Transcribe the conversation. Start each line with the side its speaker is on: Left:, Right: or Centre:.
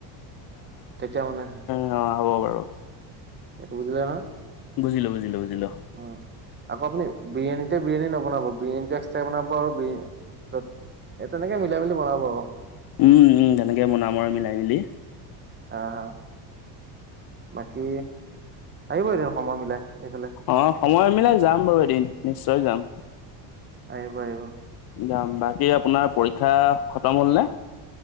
Right: তেতিয়া মানে-
Left: অঁ হ'ব বাৰু।
Right: এটো বুজিলা নহয়।
Left: বুজিলো বুজিলো বুজিলো।
Right: উম আকৌ আপুনি বিৰিয়ানীতে বিৰিয়ানী নবনাব বিৰিয়ানীটো এক্সট্ৰা বনাব আৰু বিন- তত এ তেনেকে মিলাই মিলি বনাব আৰু।
Left: উম' উম' তেনেক বনাম আৰু মিলাই মিলি।
Right: হাঁ হাঁ বাকী আহিব এতিয়া সময় মিলাই এইফালে।
Left: অঁহ সময় মিলাই যাম বাৰু এদিন নিশ্চয় যাম।
Right: আহিব আহিব।
Left: যাম বাকী আপোনাৰ পৰীক্ষা খতম হ'ল নে?